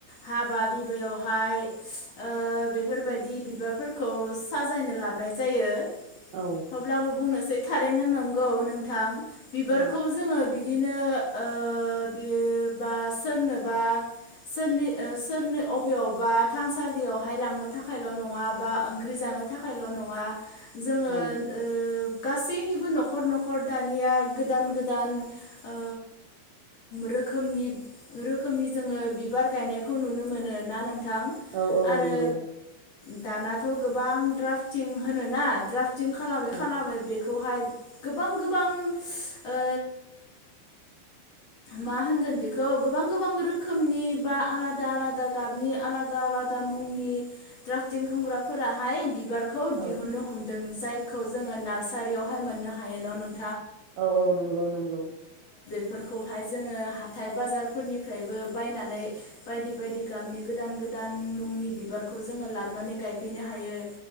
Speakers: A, on the left (about 40°); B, on the right (about 70°).
A: हाबा बिबायावहाय ओ बेफोरबायदि बिबारफोरखौ साजायनो लाबोनाय जायो।
B: औ
A: अब्लाबो बुंनोसै थारैनो नंगौ नों थां। बिबारखौ
B: औ
A: जोङो बि दिनो ओ बि बा सोरनोबा सोरनि ओ सोरनो अबेयावबा थानसालियावहाय लांनो थाखायल' नङा बा ओंख्रि जानो थाखायल' नङा जोङो
B: औ
A: ओ गासैनिबो न'खर न'खर खर दानिया गोदान गोदान ओ रोखोमनि रोखोमनि जोङो बिबार गायनायखौ नुनो मोनो ना नों थां
B: औ औ
A: आरो
B: नंगौ
A: दानाथ' गोबां द्राफटिं होनोना द्राफ टिं खालामै
B: औ
A: खालामै बे बेखौहाय गोबां गोबां ओ मा होनगोन बेखौ गोबां गोबां रोखोमनि बा आलादा आलादा गाबनि आलादा आलादा मुंनि द्राफतिं खालामग्राफोरा हाय बिबा खौ दिहुन्नो
B: औ
A: हमदों। जायखौ जोङो नार्सारियावहाय मोननो हायो न' नों
B: औ औ नंगौ नंगौ।
A: फोरखौहाय जोङो हाथाइ बाजारफोरनिफ्रायबो बायनानै बायदि बायदि गाबनि गोदान गोदान मुंनि बिबारखौ जोङो लाबोनानै गायफैनो हायो।